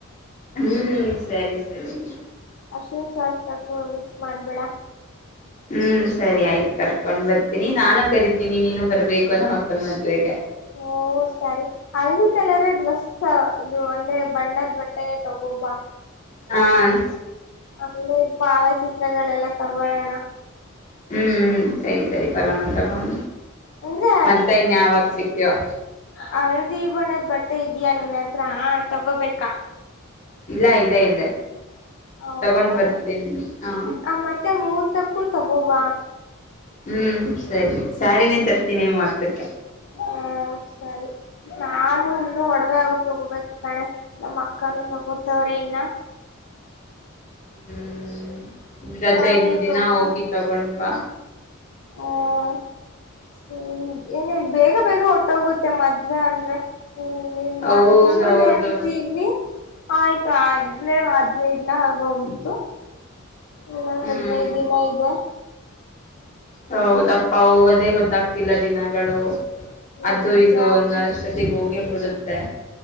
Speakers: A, on the left; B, on the left.
A: ಹ್ಮ್ ಸರಿ ಸರಿ
B: ಅರಿಶಿನ ಶಾಸ್ತ್ರಕ್ಕೂ ಮಿಸ್ ಮಾಡ್ಬೇಡ
A: ಹ್ಮ್ ಸರಿ ಆಯ್ತು ಕರ್ಕೊಂಡ್ ಬರ್ತೀನಿ ನಾನು ಕರಿತೀನಿ ನೀನು ಬರ್ಬೇಕು ನಮ್ಮ ಅಕ್ಕನ ಮದುವೆಗೆ
B: ಓ ಸರಿ ಹಳದಿ ಕಲರೆ ಡ್ರೆಸ್ ಅ. ಇದು ಅಂದ್ರೆ ಬಣ್ದ ಬಟ್ಟೆನೆ ತಗೋಬಾ.
A: ಹಾನ್
B: ಅಮೆ ಭಾವಚಿತ್ರಗಳೆಲ್ಲ ತಗೊಳೋಣ
A: ಹ್ಮ್ ಸರಿ ಸರಿ ತಗಣ ತಗೋಣ
B: ಅಂದ್ರೆ
A: ಮತ್ತ ಇನ್ಯಾವಾಗ ಸಿಕ್ತಿವೋ
B: ಹಳ್ದಿ ಬಣ್ಣದ್ ಬಟ್ಟೆ ಇದಯಾ ನಿನ್ನ ಹತ್ರ ಹಾ ತಗೋಬೇಕಾ
A: ಇಲ್ಲ ಇದೆ ಇದೆ
B: ಹೌದಾ
A: ತಗೊಂಡ್ ಬರ್ತೀನಿ ಹಾ
B: ಹ್ಮ್ ಮತ್ತೆ ಮೂರ್ ತಕ್ಕೂ ತಗೊವ
A: ಹ್ಮ್ ಸರಿ ಸಾರಿನೇ ತರ್ತೀನಿ ಮುಹೂರ್ತಕ್ಕೆ.
B: ಹ್ಮ ಸರಿ ನಾನು ಇನ್ನು ಒಡವೆ ಅವ ತಗೋಬೇಕು ಕಣೆ ನಮ್ಮ್ ಅಕ್ಕಾನೂ ತಗೋತವ್ರೆ ಇನ್ನ
A: ಹ್ಮ್ ರಜಾ
B: ನಾನು
A: ಇದ್ದ ದಿನ
B: ತಗೋ
A: ಹೋಗಿ ತಗೊಂಡ್ ಬಾ
B: ಹಾ ಹ್ಮ ಏನು ಬೇಗ ಬೇಗ ಒಟ್ಟೋಗುತ್ತೆ ಮದುವೆ ಅಂದ್ರೆ ಇನ್ ಇನ್
A: ಹೌದೌದೌದು
B: ಒಂದ್ ತಿಂಗ್ಳಿದೆ ಅಂತಿನಿ. ಆಯ್ತು ಆದ್ಲೇ ಹದ್ನೈ ದಿನ ಆಗೊಗಿತ್ತು. ಇನ್ನೊಂದುಹದ್ನೈದು
A: ಹ್ಮ್
B: ದಿನ ಇದೆ
A: ಹೌದಪ್ಪಾ ಹೋಗೋದೇ ಗೊತ್ತಾಗ್ತಿಲ್ಲ ದಿನಗಳು ಅದು
B: ನಿಜ
A: ಇದು ಅನ್ನಷ್ ತಿಗೋಗೆ ಬುಡುತ್ತೆ